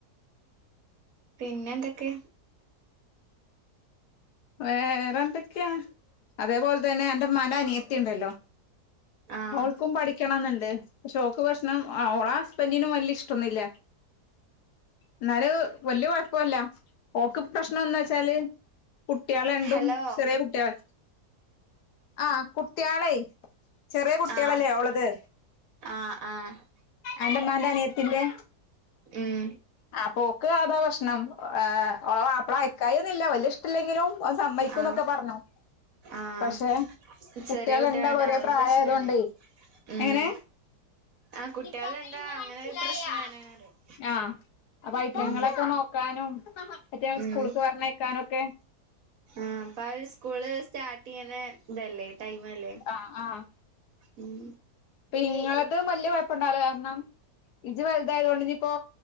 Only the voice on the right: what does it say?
പിന്നെ എന്തൊക്കെ
ആഹ്
ഹലോ
ആഹ്
ആഹ് ആഹ്
ഉം
ആഹ്
ആഹ്
ചെറിയ കുട്ടികളുണ്ട്
അതും
പ്രശ്നാണ്
ഉം
ആ കുട്ടികൾ
കണ്ടാ
അങ്ങനെ
പ്രശ്നാണ് പറയും
ഉം
ഉം
ആഹ് പ്പവര് സ്കൂള് സ്റ്റാർട്ട് ചെയ്ണ ഇതല്ലേ ടൈംല്ലേ
ഉം